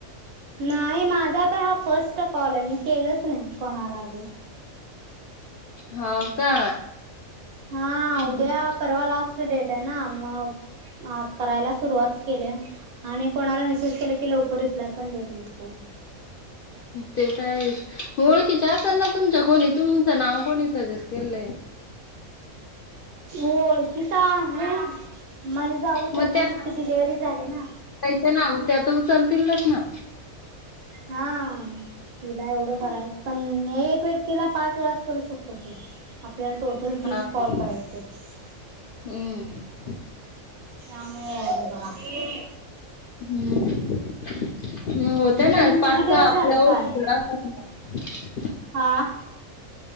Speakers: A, on the right; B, on the left.
A: नाही माझा तर हा फर्स्ट कॉल आहे मी केलाच नाही कोणाला अजून.
B: होव का.
A: हा
B: हम्म
A: उद्या परवा लास्ट डेट आहे ना मग. करायला सुरुवात केले आणि कोणाला मेसेज केले की लवकर रिप्लाय पण देत नाहीत कोण.
B: तेच हाय ओळखीच अस्सल ना तुमच्या कोणीत. तुमचं नाव कोणी सजेस्ट केले.
A: ओळखीचा आहे मग माझी जाऊच
B: मग
A: आहे पण त्यािची डिलेव्हरी झाली ना.
B: ते ना त्यात उचलतील तस ना.
A: हा तिला एवढं करायचं पण एक व्यक्तीला. पाच वेळास करू शकतो की आपल्याला टोटल
B: हा
A: तीस
B: हा
A: कॉल करायचे हाईत.
B: हम्म.
A: त्याम <unintelligible>
B: हम्म. मग होत
A: हे
B: ना
A: तुम्ही किती
B: पाच
A: दिवस
B: का आपल्यावरती
A: झालं फार
B: तिकडं पाच होतं.
A: हा.